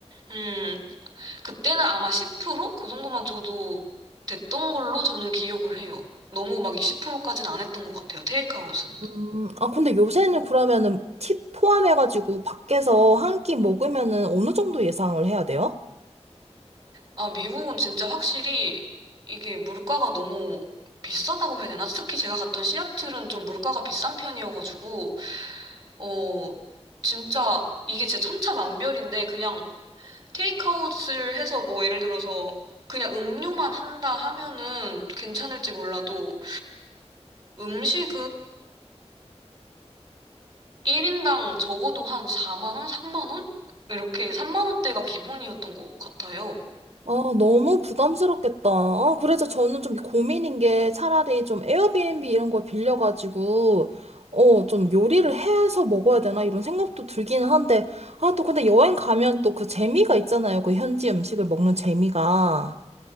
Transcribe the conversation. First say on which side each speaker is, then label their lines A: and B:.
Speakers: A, on the right; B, on the right.
A: 음, 그때는 아마 10%그 정도만 줘도 됐던 걸로 저는 기억을 해요. 너무 막 20%까지는 안 했던 것 같아요. 테이크아웃은.
B: 음, 아, 근데 요새는 그러면은 팁 포함해가지고 밖에서 한 끼 먹으면은 어느 정도 예상을 해야 돼요?
A: 아, 미국은 진짜 확실히 이게 물가가 너무 비싸다고 해야 되나? 특히 제가 갔던 시애틀은 좀 물가가 비싼 편이어가지고, 어, 진짜 이게 진짜 천차만별인데 그냥 테이크아웃을 해서 뭐 예를 들어서 그냥 음료만 한다 하면은 괜찮을지 몰라도 음식은 1인당 적어도 한 4만 원, 3만 원? 이렇게 3만 원대가 기본이었던 것 같아요.
B: 아, 너무 부담스럽겠다. 아, 그래서 저는 좀 고민인 게 차라리 좀 에어비앤비 이런 걸 빌려가지고, 어, 좀 요리를 해서 먹어야 되나 이런 생각도 들기는 한데, 아, 또 근데 여행 가면 또 그 재미가 있잖아요. 그 현지 음식을 먹는 재미가.